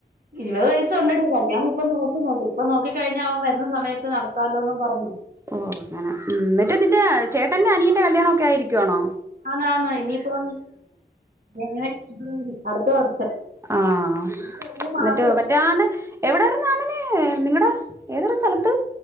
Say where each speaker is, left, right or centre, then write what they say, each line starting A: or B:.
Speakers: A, on the right; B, on the right.
A: ഇരുപത് വയസ്സുണ്ട്ടി കല്യാണം ഇപ്പൊ നോക്കുന്നൊണ്ട് ഇപ്പൊ നോക്കി കഴിഞ്ഞ ആകുമ്പോ എന്ന സമയത്ത് നടത്താലോന്നും പറഞ്ഞു
B: ഓ ഞ മറ്റേതിന്റെ ചേട്ടൻ അഹ് അനിയന്റെ കല്യാണം ഒക്കെ ആയിരിക്ക ആണോ
A: ആന്ന് ആന്ന് ഇനിയിപ്പം ജനുവരി ഫെബ്രുവരി അടുത്ത വർഷം
B: ആഹ്
A: ഇനിയിപ്പ അധികം മാസമില്ല
B: എന്നിട്ട് മറ്റാണ് എവിടെ അങ്ങനെ നിങ്ങളടെ ഏതൊരു സ്ഥലത്ത്